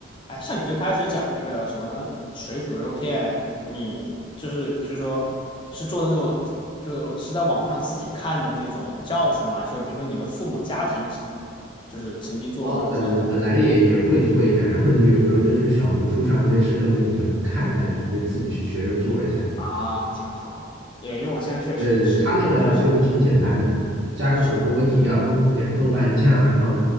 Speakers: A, on the left; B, on the right.
A: 哎，像你最开始讲那个什么水煮肉片，你就是比如说是做的那种，就是在网上自己看的那种教程吗？还是说比如说你的父母家庭就是曾经做过，
B: 然后本本来也也会做一点，
A: 你再让他们
B: 然后就有时候就去小红书上这些社交媒体上看一下，就就自己学着做一下。
A: 啊，挺好。也因为我现在确实也是，
B: 对对对，他那个就挺简单的，
A: 有的时候小红书
B: 加个火锅底料，
A: 是啊，
B: 弄点豆瓣酱，然后